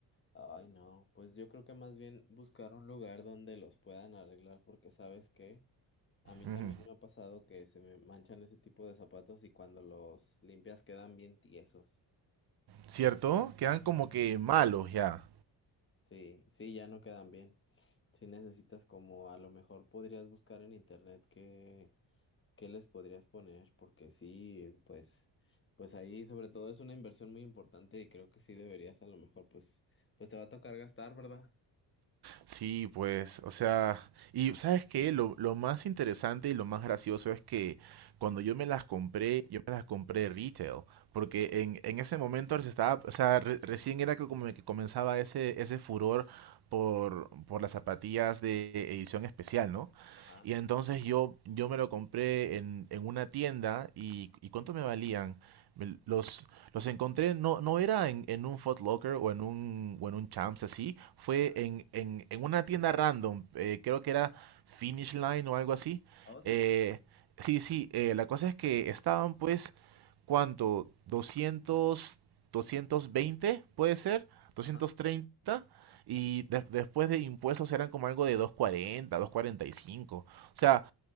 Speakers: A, on the left (about 30°); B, on the right (about 60°).
A: ay no, pues yo creo que más bien buscar un lugar donde los puedan arreglar porque sabes que a mí también
B: Ujú.
A: me ha pasado que se me manchan ese tipo de zapatos y cuando los limpias quedan bien tiesos.
B: ¿Cierto? Quedan como que malos ya.
A: Sí, sí, ya no quedan bien. Si necesitas como a lo mejor podrías buscar en internet que ¿Qué les podrías poner? Porque sí, pues, pues ahí sobre todo es una inversión muy importante y creo que sí deberías a lo mejor, pues, pues te va a tocar gastar, ¿verdad?
B: Sí, pues, o sea, y ¿sabes qué? Lo, lo más interesante y lo más gracioso es que cuando yo me las compré, yo me las compré retail, porque en, en ese momento se estaba, o sea, re- recién era que como que comenzaba ese, ese furor por, por las zapatillas de edición especial, ¿no?
A: Ajá,
B: Y entonces yo, yo me lo compré en, en una tienda y, ¿y cuánto me valían? Me- Los, los encontré, no, no era en, en un Foot Locker o en un, o en un Champs así, fue
A: ajá,
B: en, en, en una tienda random, eh, creo que era Finish Line o algo así.
A: Oh, sí.
B: Eh, sí, sí, eh, la cosa es que estaban pues, ¿cuánto? 200, 220 puede ser, 230.
A: ajá.
B: Y de- después de impuestos eran como algo de 240, 245. O sea,